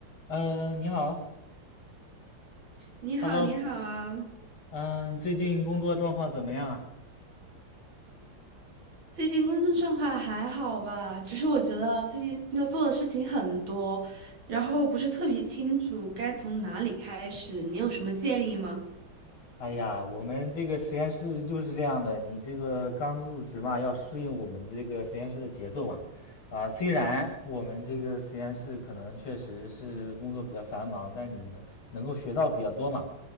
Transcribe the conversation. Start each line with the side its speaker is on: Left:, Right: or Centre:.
Left: 嗯，你好
Right: 你好，
Left: ，Hello，
Right: 你好啊！
Left: 嗯，最近工作状况怎么样啊？
Right: 最近工作状况还好吧？只是我觉得最近要做的事情很多，然后不是特别清楚该从哪里开始，你有什么建议吗？
Left: 哎呀，我们这个实验室就是这样的，你这个刚入职嘛，要适应我们这个实验室的节奏嘛。啊，虽然我们这个实验室可能确实是工作比较繁忙，但你能能够学到比较多嘛。